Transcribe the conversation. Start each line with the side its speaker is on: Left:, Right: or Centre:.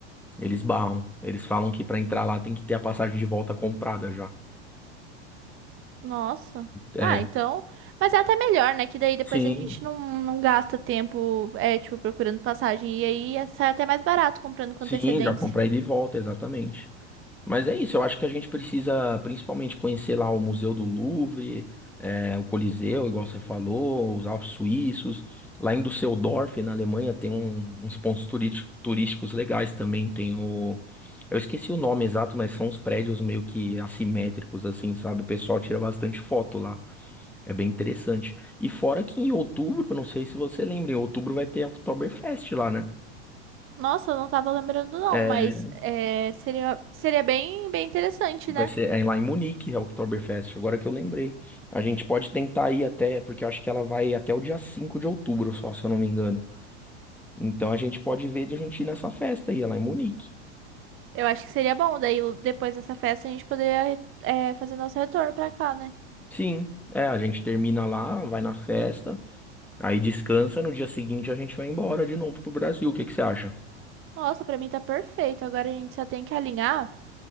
Centre: Eles barram. Eles falam que pra entrar lá tem que ter a passagem de volta comprada já.
Right: Nossa.
Centre: É.
Right: Ah, então. Mas é até melhor, né? Que daí depois
Centre: Sim,
Right: a gente não, não gasta tempo, é, tipo, procurando passagem. E aí é- sai até mais barato comprando com
Centre: sim,
Right: antecedência.
Centre: já comprei de volta, exatamente. Mas é isso, eu acho que a gente precisa principalmente conhecer lá o Museu do Louvre, eh, o Coliseu, igual você falou, os Alpes Suíços. Lá em Düsseldorf, na Alemanha, tem um- uns pontos turístico- turísticos legais também. Tem o. Eu esqueci o nome exato, mas são uns prédios meio que assimétricos, assim, sabe? O pessoal tira bastante foto lá. É bem interessante. E fora que em outubro, não sei se você lembra, em outubro vai ter a Oktoberfest lá, né?
Right: Nossa, eu não tava lembrando, não,
Centre: É,
Right: mas é, seria, seria bem, bem interessante,
Centre: Vai
Right: né?
Centre: ser é lá em Munique, é o Oktoberfest, agora que eu lembrei. A gente pode tentar ir até, porque eu acho que ela vai até o dia 5 de outubro só, se eu não me engano. Então a gente pode ver de a gente ir nessa festa aí, é lá em Munique.
Right: Eu acho que seria bom. Daí depois dessa festa a gente poderia, é, fazer nosso retorno pra cá, né?
Centre: Sim, é, a gente termina lá, vai na festa, aí descansa, no dia seguinte a gente vai embora de novo pro Brasil. O que que você acha?
Right: Nossa, pra mim tá perfeito. Agora a gente só tem que alinhar.